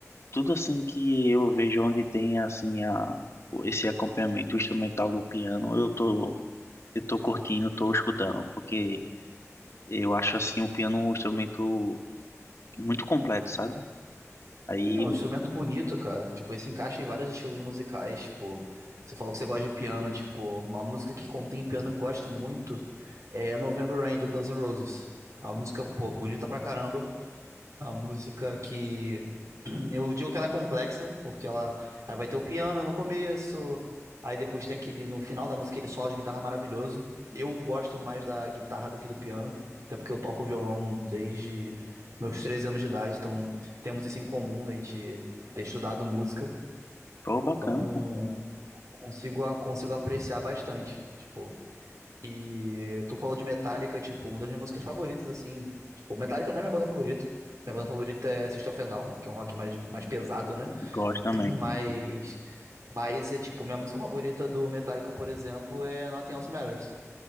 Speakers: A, on the left; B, on the right.
A: tudo assim que eu vejo onde tem assim a esse acompanhamento instrumental do piano, eu tô eu tô curtindo, tô escutando, porque eu acho assim o piano um instrumento muito completo, sabe? Aí
B: Sim, é um instrumento
A: eu,
B: bonito, cara. Tipo, ele se encaixa em vários estilos musicais. Tipo, você falou que você gosta de piano. Tipo, uma música que contém piano que eu gosto muito é November Rain do Guns N' Roses. É uma música, pô, bonita pra caramba. A música que <clears throat> eu digo que ela é complexa, porque ela aí vai ter o piano no começo, aí depois tem aquele no final da música aquele solo de guitarra maravilhoso. Eu gosto mais da guitarra do que do piano, até porque eu toco violão desde meus 13 anos de idade, então temos isso em comum, né, a gente ter estudado música,
A: pô, bacana,
B: Então,
A: cara.
B: consigo consigo apreciar bastante. Tipo, e tu falou de Metallica, tipo, uma das minhas músicas favoritas, assim. Tipo, Metallica não é minha banda favorita. Minha banda favorita é System of a Down, que é um rock mais, mais pesado, né?
A: gosto também.
B: <clears throat> Mas,
A: gosto.
B: mas é tipo, minha música favorita do Metallica, por exemplo, é Nothing Else Matters.